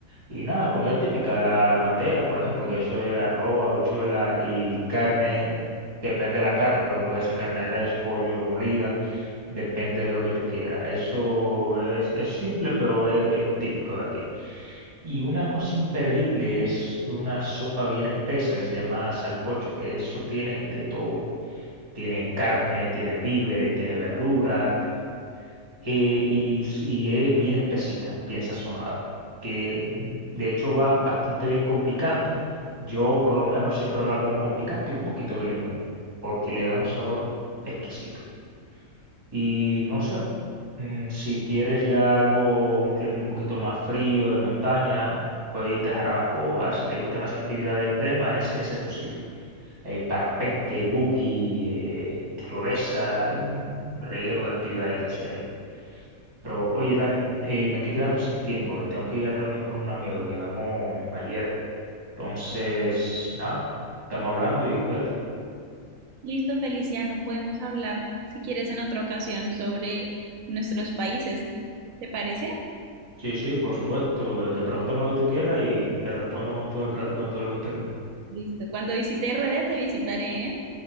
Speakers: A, on the right (about 30°); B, on the right (about 75°).
A: Y nada, comida típica, la bandera, por ejemplo, que eso es arroz, habichuela y carne, depende de la carne, pero puede ser carne de res, pollo, molida, depende de lo que tú quieras. Eso es, es simple, pero es es típico de aquí. Y una cosa imperdible es una sopa bien espesa que se llama salcocho, que eso tiene de todo. Tiene carne, tiene víveres, tiene verduras, eh, y, s- y es bien espesita, bien sazonada, que mm, de hecho va bastante bien con picante. Yo por lo menos siempre me la como con picante y un poquito de limón, porque le da un sabor exquisito. Y no sé, mm, si quieres ya algo, un clima un poquito más frío, de montaña, puedes irte a Jarabacoa, si te gustan las actividades extremas, es- ese es tu sitio. Eh, parapente, buggy, eh, tirolesa, hay un reguero de actividades que hacer ahí. Pero oye, Dani, eh, me estoy quedando sin tiempo, eh, tengo que ir a reunirme con un amigo que quedamos ayer. Entonces, nada, estamos hablando y cuídate.
B: Listo, Feliciano, podemos hablar, si quieres, en otra ocasión sobre nuestros países. ¿Te parece?
A: Sí, sí, por supuesto. eh, Que pregúntame lo que tú quieras y te respondo con todo el, pla- con todo el gusto del mundo.
B: Listo. Cuando visite RD te visitaré, ¿eh?